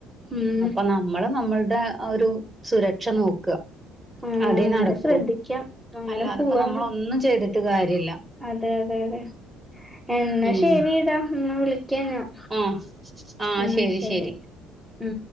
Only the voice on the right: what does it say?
അപ്പം നമ്മള് നമ്മള്ടെ ആ ഒരു സുരക്ഷ നോക്ക്വ
അതേ
നടക്കൂ
അല്ലാതപ്പൊ
നമ്മളൊന്നും ചെയ്തിട്ട് കാര്യയില്ല
ഉം
ആഹ് ആഹ്
ശെരി
ശെരി